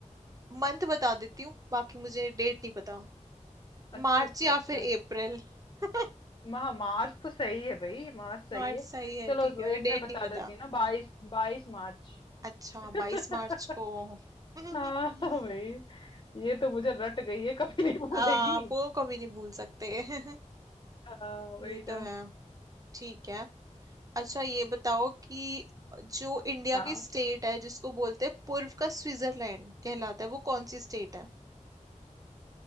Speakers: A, on the right; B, on the left.
A: मंथ बता देती हूँ बाकी मुझे डेट नहीं पता
B: अच्छा
A: मार्च
B: अच्छा
A: या
B: अच्छा
A: फिर अप्रैल <laughs>
B: महा मार्च तो सही है भाई मार्च सही
A: मार्च
B: है
A: सही है
B: चलो
A: ठीक
B: तो
A: है
B: ये
A: अभी
B: मैं
A: डेट
B: बता
A: नहीं
B: देती
A: पता
B: हूँ ना बाईस बाईस मार्च
A: अच्छा
B: <laughs>
A: बाईस मार्च को <laughs>
B: हाँ भाई ये तो मुझे रट गई है कभी नहीं भूलेगी
A: आप वो कभी नहीं भूल सकते <laughs>
B: हाँ
A: ये
B: वही
A: तो
B: ना
A: है ठीक है अच्छा ये बताओ कि जो इंडिया
B: हाँ
A: की स्टेट है जिसको बोलते हैं पूर्व का स्विट्जरलैंड कहलाता है वो कौन सी स्टेट है